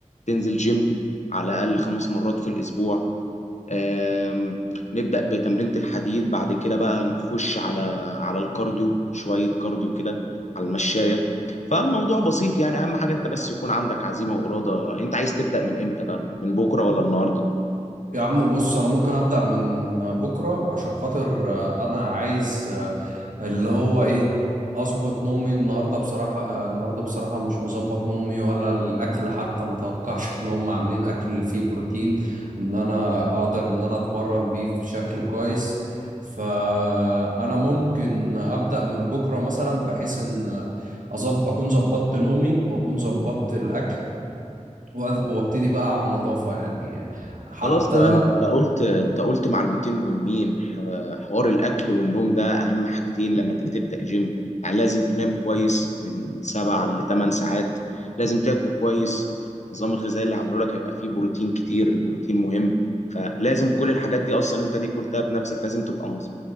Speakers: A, on the left; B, on the right.
A: تنزل جيم على الأقل خمس مرات في الأسبوع آم، نبدأ بتمرينة الحديد بعد كده بقى نخش على على الكارديو شوية كارديو كده على المشاية فالموضوع بسيط يعني أهم حاجة أنت بس يكون عندك عزيمة وإرادة أنت عايز تبدأ من إمتى بقى من بكرة ولا النهاردة
B: يا عم بص انا ممكن ابدا من بكره عشان خاطر آه، انا عايز آه، اللي هو ايه اظبط نومي النهارده بصراحه آه، النهارده بصراحه مش مظبط نومي ولا الاكل حتى ما توقعش ان هم عاملين اكل فيه بروتين ان انا اقدر ان انا اتمرن بيه في شكل كويس فانا ممكن ابدا من بكره مثلا بحيث ان آه، أظب... اكون ظبطت نومي واكون ظبطت الاكل وأ- وابتدي بقى على نظافه يعني حتى
A: خلاص تمام انت قلت انت قلت معلومتين مهمين ح- حوار الاكل والنوم ده اهم حاجتين لما تيجي تبدا جيم يعني لازم تنام كويس من سبع لثمان ساعات لازم تاكل كويس النظام الغذائي اللي عامله لك هيبقى فيه بروتين كتير البروتين مهم فلازم كل الحاجات دي اصلا انت دي قلتها بنفسك لازم تبقى مز-